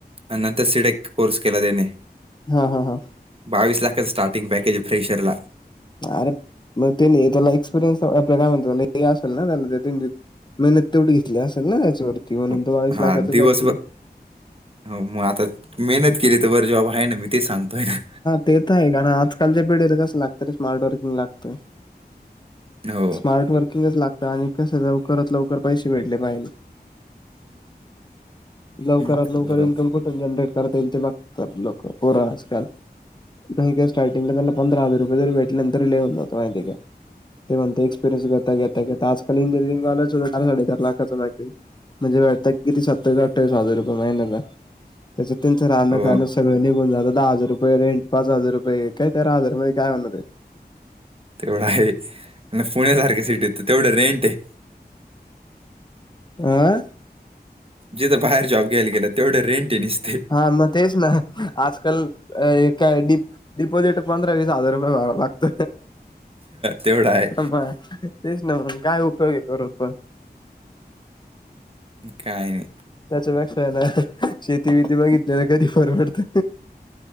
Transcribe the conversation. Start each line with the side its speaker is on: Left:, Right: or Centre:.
Right: आणि नंतर सिडेक कोर्स केला त्याने
Left: हा, हा, हा
Right: बावीस लाखांच स्टार्टिंग पॅकेज हे फ्रेशरला
Left: अरे, मग त्यानी त्याला एक्सपिरियन्स आपल्या काय म्हणतात ते असेल ना <unintelligible> मेहनत तेवढी घेतली असेल ना त्याच्यावरती म्हणून
Right: हो.
Left: तर बावीस
Right: हां,
Left: लाखाच
Right: दिवसभर
Left: बॅक किती
Right: हो मग आता मेहनत केली तर बरं जॉब आहे ना, मी ते सांगतोय ना.
Left: तेे तर आहे कारण आजकालच्या पिढीला कसं लागत स्मार्टवर्किंग लागतं
Right: हो,
Left: स्मार्ट वर्किंगच लागतं आणि कसे लवकरात, लवकर पैसे भेटले पाहिजे लवकर
Right: हं,
Left: लवकर
Right: बरोबर.
Left: इन्कम कुठून जनरेट करता येईल ते बघतात लोकं पुरं आजकाल नाही का स्टार्टिंगला त्यांला पंधरा हजार रुपय जरी भेटल ना तरी लई होऊन जात माहितीय का ते म्हणत एक्सपिरियन्स घेता, घेता, घेता आजकाल इंजिनिअरिंगवाल्याच सुद्धा चार, साडे चार लाखाचे पॅकेज म्हणजे भेटत किती सत्तावीस, अठ्ठावीस हजार रुपये महिण्याला, त्येच्यात तुमचं राहणं,
Right: हो,
Left: खाण सगळं निघून जात, दहा हजार रुपये रेंट, पाच हजार रुपये काय तेरा हजार मध्ये काय तेराहजारमध्ये होणार हे
Right: तेवढा आहे म पुण्यासारख्या सिटी तर तेवढं रेंट हेय
Left: आं
Right: जिथ बाहेर जॉब घ्यायला गेलं तेवढं रेंट हे नुसतं
Left: हा म तेच ना आजकाल हे काय, डि, डिपोजिट पंधरा वीस हजार रुपये लागत
Right: तेवढं आहे
Left: <unintelligible> तेच ना, मग काय उपयोग हे करून पण
Right: कायं
Left: त्याच्यापेक्षा आहे ना, शेती -बिती बघितली तर कधी परवडत